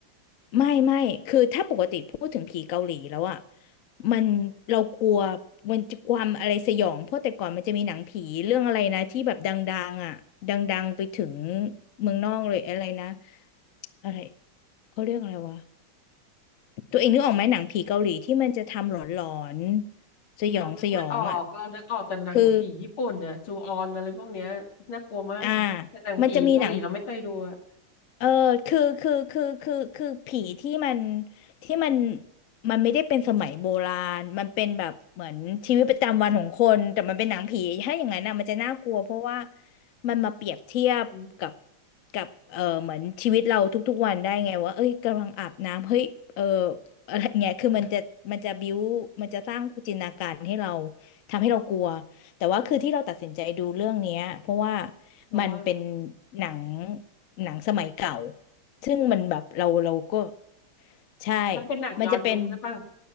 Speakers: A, on the left; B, on the left.
A: ไม่ไม่คือถ้าปกติพูดถึงผีเกาหลีแล้วอ่ะมันเรากลัวมันจะความอะไรสยองเพราะแต่ก่อนมันจะมีหนังผีเรื่องอะไรนะที่แบบดังๆอ่ะดังๆไปถึงเมืองนอกเลยอะไรนะอะไรเขาเรียกอะไรวะตัวเองนึกออกไหมหนังผีเกาหลีที่มันจะทำหลอนๆสยองสยองอ่ะ
B: เรานึกไม่ออกเรานึกออกแต่หนังผีญี่ปุ่นเนี่ยจูออนอะไรพวกเนี้ยน่ากลัวมาก
A: คืออ่า
B: แต่หนังผีเกาหลีเราไม่เคยดูอะ
A: มันจะมีหนัง เออคือคือคือคือคือผีที่มันที่มันมันไม่ได้เป็นสมัยโบราณมันเป็นแบบเหมือนชีวิตประจำวันของคนแต่มันเป็นหนังผีถ้าอย่างนั้นนะมันจะน่ากลัวเพราะว่ามันมาเปรียบเทียบกับ
B: อืม
A: กับเออเหมือนชีวิตเราทุกๆวันได้ไงว่าเอ้ยกำลังอาบน้ำเฮ้ยเอออะไรเงี้ยคือมันจะมันจะบิ้วมันจะสร้างจินตนาการให้เราทำให้เรากลัว แต่ว่าคือที่เราตัดสินใจดูเรื่องเนี้ยเพราะว่า
B: เพราะว่า
A: มันเป็นหนังหนังสมัยเก่าซึ่งมันแบบเราเราก็ใช่
B: มันเป็นหนังย้อนยุคหรือเปล่า
A: มันจะเป็น